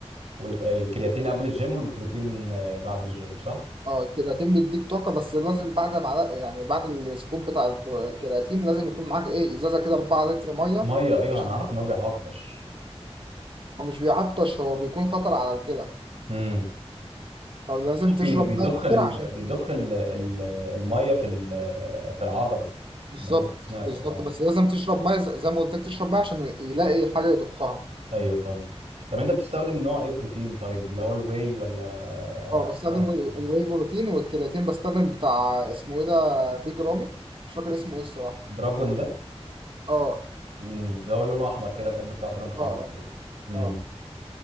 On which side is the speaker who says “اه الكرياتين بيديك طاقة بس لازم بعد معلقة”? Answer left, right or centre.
Right